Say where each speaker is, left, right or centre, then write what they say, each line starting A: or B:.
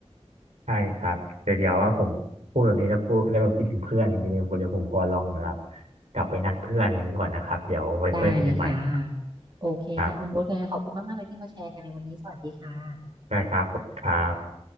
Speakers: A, on the right (about 75°); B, on the right (about 40°).
A: ใช่ครับแต่เดี๋ยวว่าผมพูดแบบนี้แล้วพูดแล้วแบบคิดถึงเพื่อนอย่างนี้เลยผมเดี๋ยวผมพอลองแบบกลับไปนัดเพื่อนอย่างนี้ก่อนนะครับเดี๋ยวไว้ค่อยคุยกันใหม่นะ
B: ได้เลยค่ะโอเคค่ะคุณโบ๊ทยังไงขอบคุณมากๆเลยที่มาแชร์กันในวันนี้สวัสดีค่ะ
A: ครับได้ครับขอบคุณครับ